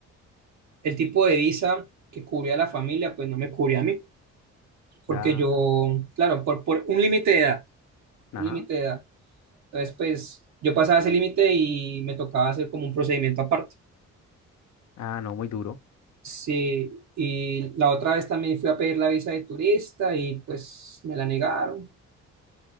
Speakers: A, on the right; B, on the left.
A: el tipo de visa que cubría a la familia, pues no me cubría a mí. porque
B: Da,
A: yo, claro, por, por un límite de edad, un
B: ajá.
A: límite de edad. Entonces, pues yo pasaba ese límite y me tocaba hacer como un procedimiento aparte.
B: Ah, no, muy duro.
A: Sí, y la otra vez también fui a pedir la visa de turista y pues me la negaron.